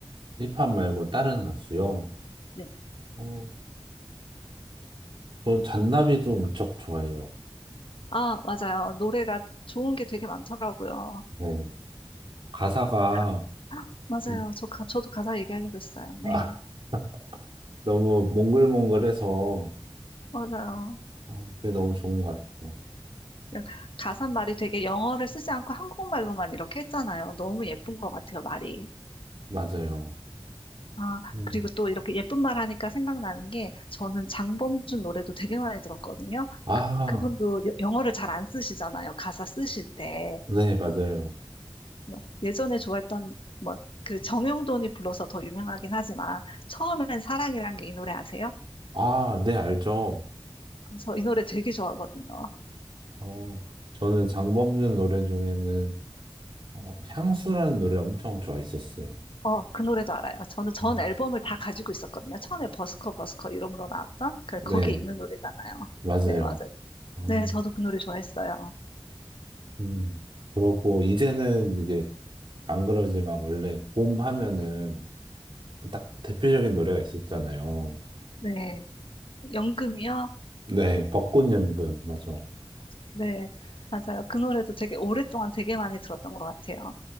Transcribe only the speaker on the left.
네.
아, 맞아요. 노래가 좋은 게 되게 많더라고요.
가, 맞아요.
저 가, 저도 가사 얘기하려고 했어요. 네.
맞아요.
그냥 가사 말이 되게 영어를 쓰지 않고 한국말로만 이렇게 했잖아요. 너무 예쁜 것 같아요, 말이.
아,
그리고 또 이렇게 예쁜 말 하니까 생각나는 게 저는 장범준 노래도 되게 많이 들었거든요.
그, 그분도 여- 영어를 잘 안 쓰시잖아요. 가사 쓰실 때.
뭐, 예전에 좋아했던 뭐 그 정용돈이 불러서 더 유명하긴 하지만 처음엔 사랑이란 게 이 노래 아세요?
저 이 노래 되게 좋아하거든요.
어, 그 노래도 알아요. 저는 전
앨범을 다 가지고 있었거든요. 처음에 버스커 버스커 이름으로 나왔던 그
거기에 있는 노래잖아요.
네, 맞아요.
네, 저도 그 노래 좋아했어요.
네, 연금이요?
네, 맞아요. 그 노래도 되게 오랫동안 되게 많이 들었던 것 같아요.